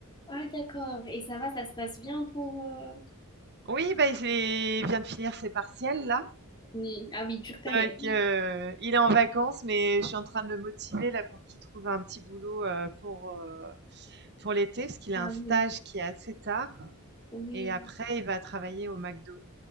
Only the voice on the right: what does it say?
Oui, bah, il s'est il vient de finir ses partiels là
Donc, euh, il est en vacances, mais je suis en train de le motiver là pour qu'il trouve un petit boulot euh, pour, euh, pour l'été, parce qu'il
a un stage
qui est assez tard.
Et après, il va travailler au McDo.